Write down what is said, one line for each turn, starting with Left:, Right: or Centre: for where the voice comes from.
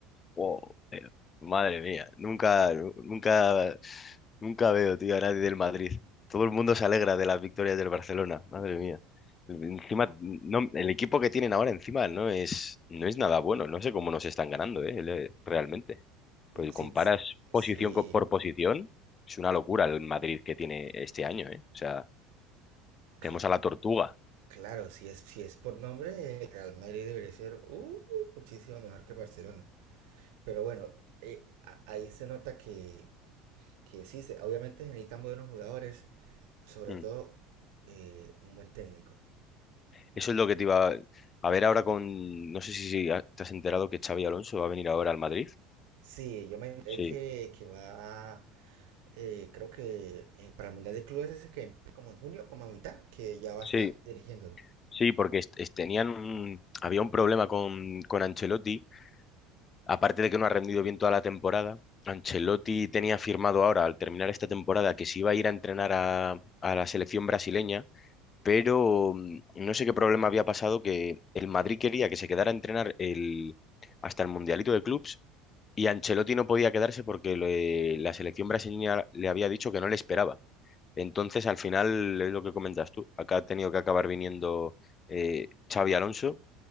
Left: Wow, eh, madre mía, nunca, nu- nunca, nunca veo, tío, a nadie del Madrid. Todo el mundo se alegra de las victorias del Barcelona, madre mía. Encima, no, el equipo que tienen ahora encima no es, no es nada bueno. No sé cómo nos están ganando, eh, le- realmente. Pues
Right: Sí,
Left: comparas
Right: sí,
Left: posición
Right: sí,
Left: co- por posición, es una locura el Madrid que tiene este año, eh. O sea,
Right: cl-
Left: tenemos a la Tortuga.
Right: claro, si es, si es por nombre, el Real Madrid debería ser uh, muchísimo mejor que Barcelona. Pero bueno, eh, a- ahí se nota que, que sí, se- obviamente se necesitan buenos jugadores, sobre
Left: Mm.
Right: todo eh, un buen técnico.
Left: Eso es lo que te iba a ver ahora con... No sé si si ah, te has enterado que Xavi Alonso va a venir ahora al Madrid.
Right: Sí, yo me enteré
Left: Sí.
Right: que, que va, eh, creo que eh, para el Mundial de Clubes ese que empieza como en junio, como a mitad, que ya va a estar
Left: Sí,
Right: dirigiéndolo.
Left: Sí, porque est- est- tenían un- había un problema con, con Ancelotti, aparte de que no ha rendido bien toda la temporada. Ancelotti tenía firmado ahora, al terminar esta temporada, que se iba a ir a entrenar a, a la selección brasileña, pero mm, no sé qué problema había pasado que el Madrid quería que se quedara a entrenar el, hasta el Mundialito de Clubs y Ancelotti no podía quedarse porque le- la selección brasileña le había dicho que no le esperaba. Entonces, al final, es lo que comentas tú, acá ha tenido que acabar viniendo eh, Xavi Alonso